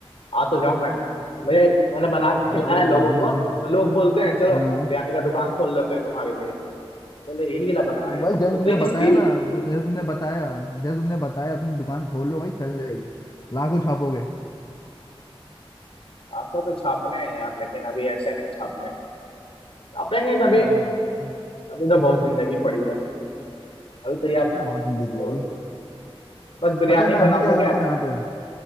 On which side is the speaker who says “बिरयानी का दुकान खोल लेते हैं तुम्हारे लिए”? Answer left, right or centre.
Left